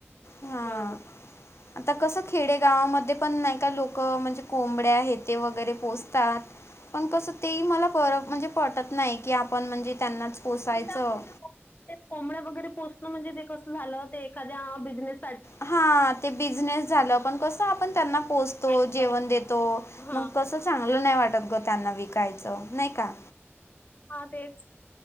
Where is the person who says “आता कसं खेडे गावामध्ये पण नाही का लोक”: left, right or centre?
Left